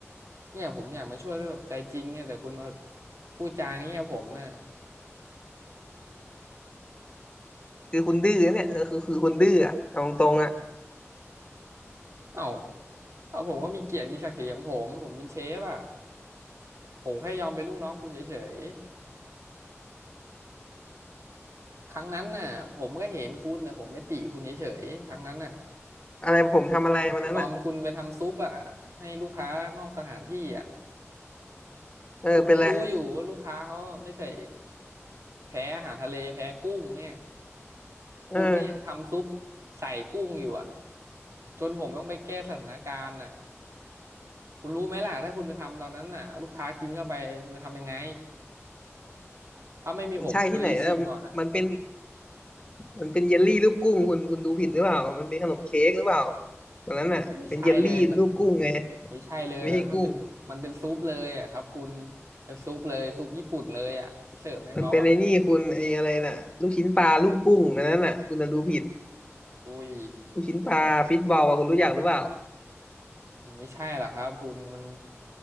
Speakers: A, on the right (about 70°); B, on the left (about 20°).
A: เนี่ยผมอยากมาช่วยด้วยแบบใจจริงเนี่ยแต่คุณมาพูดจาอย่างเงี้ยผมอ่ะ
B: คือคุณดื้อเนี่ยเออคือคือคุณดื้ออ่ะเอาตรงๆอ่ะ
A: เอ้าเอาผมก็มีเกียรติมีศักดิ์ศรีของผมผมเป็นเชฟอ่ะผมแค่ยอมเป็นลูกน้องคุณเฉยๆครั้งนั้นน่ะผมก็เห็นคุณแต่ผมไม่ติคุณเฉยๆครั้งนั้นน่ะ
B: อะไรผมทำอะไรวันนั้นอ่ะ
A: ตอนคุณไปทำซุปอ่ะให้ลูกค้านอกสถานที่อ่ะ
B: เออเป็นไร
A: คุณก็รู้อยู่ว่าลูกค้าเขาไม่ใส่แพ้อาหารทะเลแพ้กุ้งเนี่ยคุณก็ยังทำซุป
B: เออ
A: ใส่กุ้งอยู่อ่ะจนผมต้องไปแก้สถานการณ์อ่ะคุณรู้ไหมล่ะถ้าคุณไปทำตอนนั้นน่ะลูกค้ากินเข้าไปคุณจะทำยังไงถ้าไม่มีผมเคยชิมก่อนอ่ะ
B: มันใช่ที่ไหนแล้วมันเป็น มันเป็นเยลลี่รูปกุ้งคุณคุณดูผิดหรือเปล่ามันเป็นขนมเค้กหรือเปล่าตอนนั้นน่ะเป็นเยลลี่รูปกุ้งไง
A: ไม่ใช่เลยมันไม่ใช่เลยแต่มันเป็นมันเป็นซุปเลยอ่ะครับคุณ
B: ไม่ใช่กุ้ง
A: เป็นซุปเลยซุปญี่ปุ่นเลยอ่ะไปเสิร์ฟให้เขาอ่ะ
B: มันเป็นไอ้นี่คุณไอ้อะไรน่ะลูกชิ้นปลารูปกุ้งอันนั้นน่ะคุณน่ะดูผิด
A: อุ้ย
B: ลูกชิ้นปลาฟิตบอลอ่ะคุณรู้จักหรือเปล่า
A: มันไม่ใช่หรอกครับคุณมัน